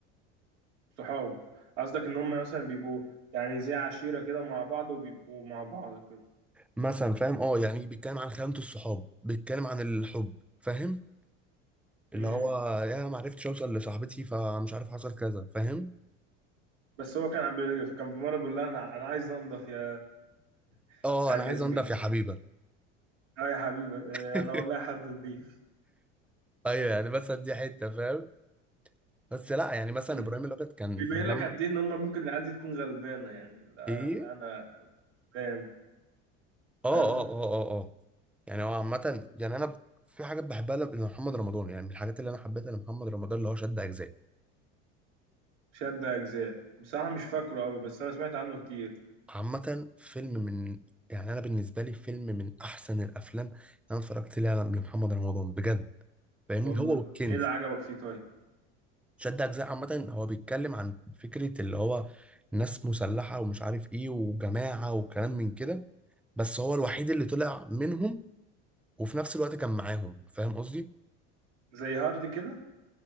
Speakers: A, on the right (about 85°); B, in the centre.
A: صحاب قصدك ان هم مثلا بيبقوا يعني زي عشيرة كده مع بعض وبيبقوا مع بعض كده
B: مثلا فاهم اه يعني بيتكلم عن خيانة الصحاب بيتكلم عن الحب فاهم اللي
A: امم
B: هو يا ما عرفتش اوصل لصاحبتي فمش عارف حصل كذا فاهم
A: بس هو كان عم بي... كان في مرة بيقول لها انا انا عايز انضف يا <laughs>
B: اه
A: عارف
B: انا عايز
A: يا زميكي
B: انضف يا حبيبه
A: اه يا حبيبي آه،
B: <laughs>
A: انا والله حد نضيف
B: ايوه يعني بس دي حته فاهم بس لا يعني مثلا
A: امم
B: ابراهيم الابيض كان
A: بيبين
B: مجمع
A: لك قد ايه ان هم ممكن العيال دي تكون غلبانة يعني لا,
B: ايه
A: لا انا غلبان
B: اه
A: فاهم
B: اه اه اه اه اه. يعني هو عامه يعني انا ب- في حاجات بحبها لب- لمحمد رمضان يعني من الحاجات اللي انا حبيتها لمحمد رمضان اللي هو شد اجزاء
A: شد اجزاء بصراحة مش فاكره قوي بس انا سمعت عنه كتير
B: عامه فيلم من يعني انا بالنسبه لي فيلم من احسن الافلام اللي انا اتفرجت ليها لمحمد رمضان بجد فاهمني
A: والله
B: هو والكنز
A: ايه اللي عجبك فيه طيب
B: شد اجزاء عامه هو بيتكلم عن فكره اللي هو ناس مسلحه ومش عارف ايه وجماعه وكلام من كده بس هو الوحيد اللي طلع منهم وفي نفس الوقت كان معاهم فاهم قصدي
A: زي هارلي كده